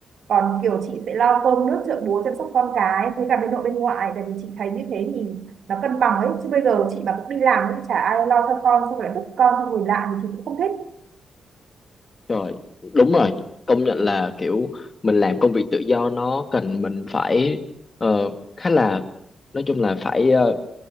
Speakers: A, on the right (about 75°); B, on the left (about 40°).
A: Còn kiểu chị sẽ lo cơm nước chợ búa chăm sóc con cái với cả bên nội bên ngoại. Tại vì chị thấy như thế thì nó cân bằng ấy. Chứ bây giờ chị mà cũng đi làm cũng chả ai lo cho con, xong rồi lại vứt con cho người lạ thì chị cũng không thích.
B: Trời, đúng rồi. Công nhận là kiểu mình làm công việc tự do nó cần mình phải ờ, khá là nói chung là phải ờ,